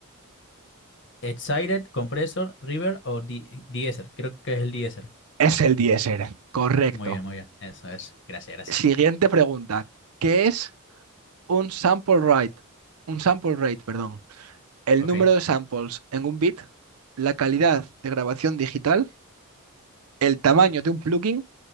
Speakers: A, on the left (about 55°); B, on the right (about 80°).
A: Excited, Compressor, River o Di- Deezer. Creo que es el Deezer.
B: Es el de-esser, correcto.
A: Muy bien, muy bien. Eso, eso. Gracias, gracias.
B: Siguiente pregunta. ¿Qué es un sample rate? Un sample rate, perdón. El
A: Ok.
B: número de samples en un bit, la calidad de grabación digital, el tamaño de un plugin